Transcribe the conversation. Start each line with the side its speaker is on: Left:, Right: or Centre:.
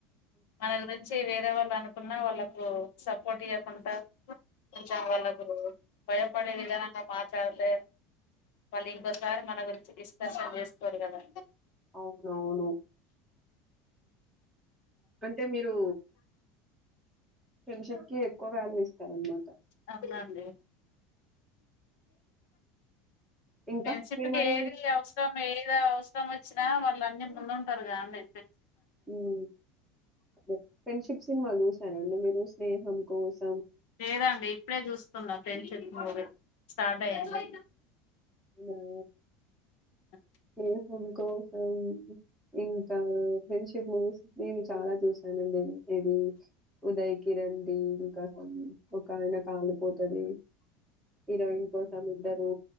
Left: మన గురించి వేరే వాళ్ళు అనుకున్న వాళ్ళ సపోర్ట్ ఇయ్యకుంట కొంచెం వాళ్ళకు భయపడే విదానంగా మాట్లాడితే వాళ్ళు ఇంకోసారి మన గురించి డిస్కషన్ చేసుకోరు గదా
Centre: అవునవును అంటే మీరు ఫ్రెండ్షిప్ కి ఎక్కువ వాల్యూ ఇస్తార్నమాట
Left: అవునండి
Centre: ఇంకా
Left: ఫ్రెండ్షిప్కి
Centre: మీరు మరీ
Left: ఏది అవసరం ఏదౌ కష్టం వచ్చినా వాళ్ళు అన్నీ ముందుంటరు గాండి
Centre: మ్మ్ ఫ్రెండ్షిప్ సినిమాల్ చూసినార అండి మీరు స్నేహం కోస్
Left: లేదాండి ఇప్పుడే చూస్తున్నా ఫ్రెండ్షిప్ మూవీ సాడే అయ్యంది
Centre: ఇనౌ
Left: అ
Centre: స్నేహం కోసం ఇంకా ఫ్రెండ్షిప్ మూవీస్ నేను చాలా చూసాను ఇది ఉదయ్ కిరణ్ ది ఇంకా ఒకాయన కాలిపోతది హీరోయిన్ కోసం ఇద్దరూ